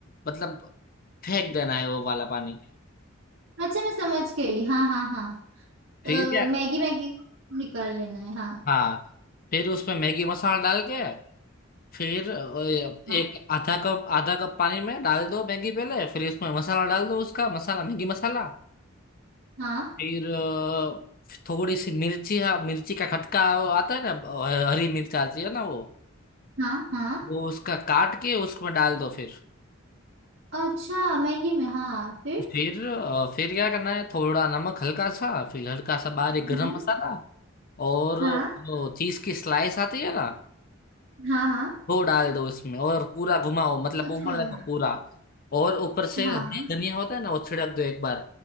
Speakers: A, on the left (about 45°); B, on the right (about 65°).
A: मतलब फेंक देना है वो वाला पानी
B: अच्छा मैं समझ गई हाँ हाँ हाँ
A: फिर
B: अ,
A: क्या
B: मैगी मैगी को निकाल लेना है हाँ
A: हाँ फिर उसमें मैगी मसाला डाल के फिर अ, एक
B: हाँ
A: आधा कप आधा कप पानी में डाल दो मैगी पहले फिर उसमें मसाला डाल दो उसका मसाला मैगी मसाला
B: हाँ
A: फिर अ, थोड़ी सी मिर्ची हाँ मिर्ची का खटका वो आता है ना अ, हरी मिर्च आती है ना वो
B: हाँ हाँ
A: वो उसका काट के उसमें डाल दो फिर
B: अच्छा मैगी में हाँ फिर
A: फिर अ, फिर क्या करना है थोड़ा नमक हल्का सा फिर हल्का सा बारीक गरम
B: हम्म
A: मसाला और
B: हाँ
A: वो चीज की स्लाइस आती है ना
B: हाँ हाँ
A: वो डाल दो उसमें और पूरा घुमाओ मतलब
B: अच्छा
A: उबलने को पूरा और ऊपर से
B: हाँ
A: हरी धनिया होता है ना वो छिड़क दो एक बार